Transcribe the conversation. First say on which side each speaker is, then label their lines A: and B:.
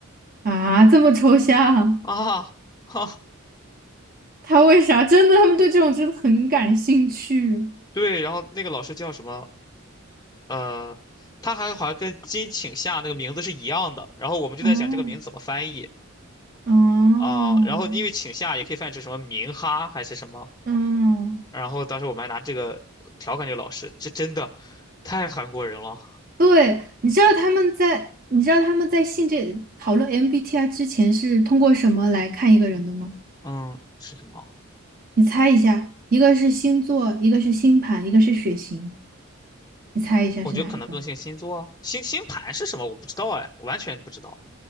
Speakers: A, on the right (about 40°); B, on the left (about 15°).
A: 啊，这么抽象，
B: 啊？哈，
A: 他为啥？真的，他们对这种真的很感兴趣。
B: 对，然后那个老师叫什么？呃，他还好像跟金请夏那个名字是一样的。然后我们就在想这个名字怎么翻译
A: 哦，哦，
B: 啊、然后因为请夏也可以翻译成什么明哈还是什么。
A: 嗯，
B: 然后当时我们还拿这个调侃这个老师，这真的太韩国人了。
A: 对，你知道他们在，你知道他们在性这讨论 MBTI 之前是通过什么来看一个人的吗？
B: 嗯，是什么？
A: 你猜一下，一个是星座，一个是星盘，一个是血型，你猜一下是哪一个？
B: 我觉得可能更像星座啊星星盘是什么？我不知道哎，完全不知道